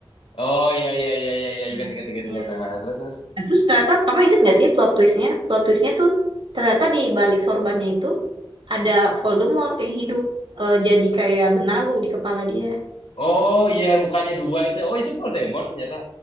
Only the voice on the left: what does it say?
Oh iya iya iya iya iya
ingat ingat ingat
ingat. Ah, terus terus.
Oh iya yang mukanya dua itu. Oh itu Voldemort ternyata.